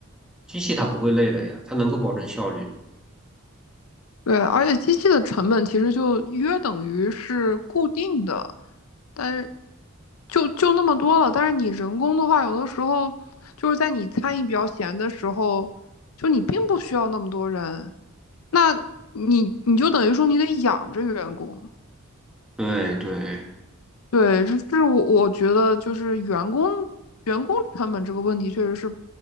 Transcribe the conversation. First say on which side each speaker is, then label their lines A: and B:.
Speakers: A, in the centre; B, on the left.
A: 机器它不会累的呀，它能够保证效率。
B: 对，而且机器的成本其实就约等于是固定的，但是就就那么多了。但是你人工的话，有的时候就是在你餐饮比较闲的时候，就你并不需要那么多人。那你你就等于说你得养着员工，
A: 对对。
B: 对，这这是我我觉得就是员工员工成本这个问题，确实是